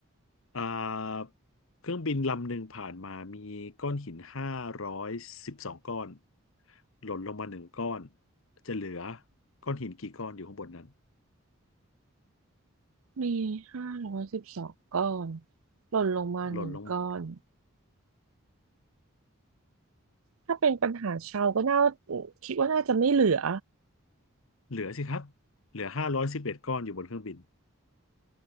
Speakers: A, on the left (about 70°); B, on the right (about 75°).
A: อ่าเครื่องบินลำหนึ่งผ่านมามีก้อนหินห้าร้อยสิบสองก้อน หล่นลงมาหนึ่งก้อน จะเหลือก้อนหินกี่ก้อนอยู่ข้างบนนั้น
B: มีห้าร้อยสิบสองก้อน หล่นลงมาหนึ่งก้อน
A: หล่นลงมา
B: ถ้าเป็นปัญหาเชาวก็น่าคิดว่าน่าจะไม่เหลือ
A: เหลือสิครับ เหลือห้าร้อยสิบเอ็ดก้อนอยู่บนเครื่องบิน